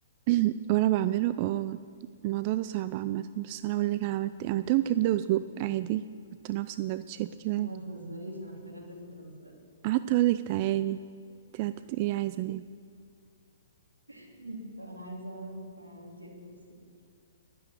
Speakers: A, on the right (about 40°); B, on the right (about 90°).
A: <laughs> وانا بعمله اه الموضوع ده صعب عامة بس انا اقول لك انا عملت إيه. عملتهم كبدة وسجق عادي حطيناها في سندوتشات كده
B: ما تهزريش انا افتكرتك بتهزري
A: قعدت اقول لك تعالي انتي قعدتي تقولي عايزة انام
B: <laughs> طب انا عايزه اعرف عملتي ايه بالتفصيل